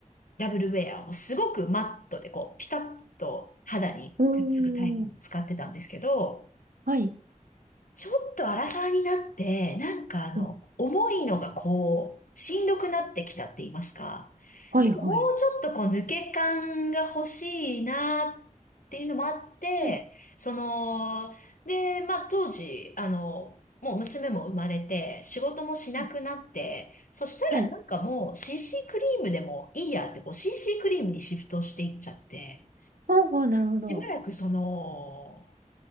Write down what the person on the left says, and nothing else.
ダブルウェアもすごくマットでこう、ピタッと肌にくっつくタイプを使ってたんですけど、
ちょっと荒さになって、なんかあの、
重いのがこう、しんどくなってきたって言いますか。
なんかもうちょっとこう、抜け感が欲しいなっていうのもあって、
その、で、まあ当時、あの、もう娘も生まれて、仕事もしなくなって、
そしたらなんかもう
CC クリームでもいいやって、こう CC クリームにシフトしていっちゃって、
しばらくその、